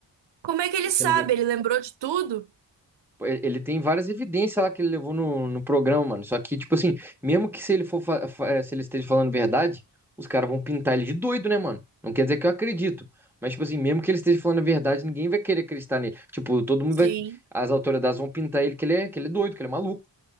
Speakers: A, on the right; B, in the centre.
A: Como é que ele
B: Porque
A: sabe?
B: no Iden-
A: Ele lembrou de tudo?
B: Ele tem várias evidências lá que ele levou no, no programa, mano. Só que, tipo assim, mesmo que se ele for, fa- fa- eh, se ele esteja falando verdade, os caras vão pintar ele de doido, né, mano? Não quer dizer que eu acredito. Mas, tipo assim, mesmo que ele esteja falando a verdade, ninguém vai querer acreditar nele. Tipo, todo mundo
A: Sim,
B: vai. As autoridades vão pintar ele que ele é, que ele é doido, que ele é maluco.